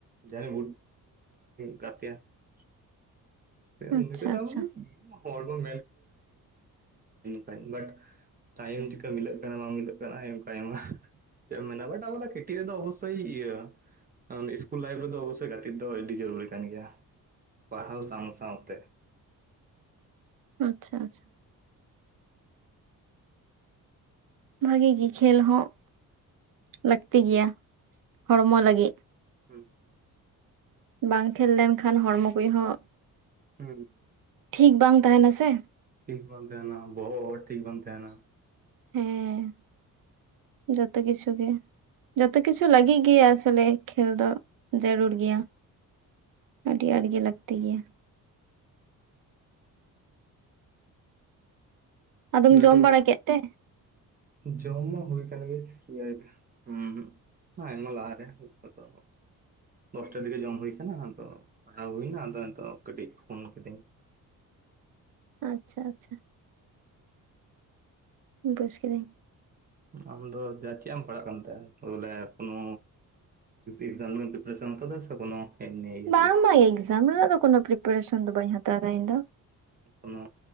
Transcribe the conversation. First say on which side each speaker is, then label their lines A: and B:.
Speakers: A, on the right; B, on the right.
A: ᱡᱟᱭᱦᱳᱠ ᱵᱩᱴ <unintelligible> ᱜᱟᱛᱮ
B: ᱟᱪᱪᱷᱟ
A: ᱟ᱾
B: ᱟᱪᱪᱷᱟ
A: <unintelligible> ᱢᱟᱱᱮ ᱦᱚᱲ ᱵᱚᱱ <unintelligible> ᱵᱟᱴ, ᱴᱟᱭᱤᱢ ᱪᱤᱠᱟ ᱢᱤᱞᱟᱹᱜ ᱠᱟᱱᱟ ᱵᱟᱝ ᱢᱤᱞᱟᱹᱜ ᱠᱟᱱᱟ ᱟᱡᱭᱮ ᱚᱱᱠᱟᱭᱟᱢᱟ᱾ <unintelligible> ᱠᱤᱴᱤ ᱨᱮᱫᱚ ᱚᱵᱚᱥᱥᱳᱭ ᱤᱭᱟᱹ, ᱤᱥᱠᱩᱞ ᱞᱟᱭᱤᱯᱷ ᱨᱮᱫᱚ ᱚᱵᱚᱥᱥᱳᱭ ᱜᱟᱛᱮᱜ ᱫᱚ ᱟᱹᱰᱤ ᱡᱚᱨᱩᱨᱤ ᱠᱟᱱ ᱜᱮᱭᱟ ᱯᱟᱲᱦᱟᱣ ᱥᱟᱸᱶ ᱥᱟᱸᱶᱛᱮ᱾
B: ᱟᱪᱪᱷᱟ ᱟᱪᱪᱷᱟ, ᱵᱷᱟᱜᱤ ᱜᱮ ᱠᱷᱮᱞ ᱦᱚᱸ, ᱞᱟᱹᱠᱛᱤ ᱜᱮᱭᱟ ᱦᱚᱲᱢᱚ ᱞᱟᱹᱜᱤᱫ᱾
A: ᱦᱩᱸ ᱦᱩᱸ᱾
B: ᱵᱟᱝ ᱠᱷᱮᱞ ᱞᱮᱱᱠᱷᱟᱱ ᱦᱚᱲᱢᱚ ᱠᱚᱭ ᱦᱚᱸ,
A: ᱦᱩᱸ ᱦᱩᱸ,
B: ᱴᱷᱤᱠ ᱵᱟᱝ ᱛᱟᱦᱮᱱᱟ ᱥᱮ᱾
A: ᱴᱷᱤᱠ ᱵᱟᱝ ᱛᱟᱦᱮᱱᱟ ᱵᱚᱦᱚᱜ ᱦᱚᱸ ᱴᱷᱤᱠ ᱵᱟᱝ ᱛᱟᱦᱮᱱᱟ᱾
B: ᱦᱮᱸ, ᱡᱚᱛᱚ ᱠᱤᱪᱷᱩ ᱜᱮ ᱡᱚᱛᱚ ᱠᱤᱪᱷᱩ ᱞᱟᱹᱜᱤᱫ ᱜᱮ ᱟᱥᱚᱞᱮ ᱠᱷᱮᱞ ᱫᱚ᱾ ᱡᱟᱹᱨᱩᱲ ᱜᱮᱭᱟ, ᱟᱹᱰᱤ ᱟᱸᱴ ᱜᱮ ᱞᱟᱹᱠᱛᱤ ᱜᱮᱭᱟ᱾ ᱟᱫᱚᱢ
A: ᱞᱟᱹᱴᱩ
B: ᱡᱚᱢ
A: ᱞᱟᱹᱴᱩ
B: ᱵᱟᱲᱟ ᱠᱮᱫ ᱛᱮ᱾
A: ᱡᱚᱢ ᱢᱟ ᱦᱩᱭ ᱠᱟᱱ ᱜᱮ ᱤᱭᱟᱹ ᱦᱩᱸ, ᱟᱭᱢᱟ ᱞᱟᱦᱟᱨᱮ ᱱᱤᱛᱚᱜ ᱫᱚ, ᱫᱚᱥᱴᱟ ᱫᱤᱜᱮ ᱡᱚᱢ ᱦᱩᱭ ᱠᱟᱱᱟ ᱟᱫᱚ ᱯᱟᱲᱦᱟᱣ ᱦᱩᱭ ᱱᱟ ᱟᱫᱚ ᱱᱤᱛᱳᱜ ᱠᱟᱹᱴᱤᱡ ᱯᱷᱳᱱ ᱠᱤᱫᱟᱹᱧ᱾
B: ᱟᱪᱪᱷᱟ ᱟᱪᱪᱷᱟ, ᱵᱩᱡᱽ ᱠᱤᱫᱟᱹᱧ᱾
A: ᱟᱢᱫᱚ ᱡᱟ ᱪᱮᱫ ᱮᱢ ᱯᱟᱲᱦᱟᱜ ᱠᱟᱱᱛᱮ ᱵᱚᱞᱮ ᱠᱳᱱᱳ, ᱮᱠᱡᱟᱢ ᱨᱮᱱᱟ ᱯᱨᱤᱯᱟᱨᱮᱥᱚᱱ ᱮᱢ ᱦᱟᱛᱟᱣ ᱫᱟ ᱥᱮ ᱠᱳᱱᱳ, ᱮᱢᱱᱤ ᱤᱭᱟᱹ
B: ᱵᱟᱝ
A: ᱨᱮᱜᱮ
B: ᱵᱟᱝ ᱮᱠᱡᱟᱢ ᱨᱮᱱᱟᱜ ᱫᱚ ᱠᱳᱱᱳ ᱯᱨᱤᱯᱟᱨᱮᱥᱚᱱ ᱫᱚ ᱵᱟᱹᱧ ᱦᱟᱛᱟᱣ ᱫᱟ ᱤᱧᱫᱚ
A: ᱠᱳᱱᱳ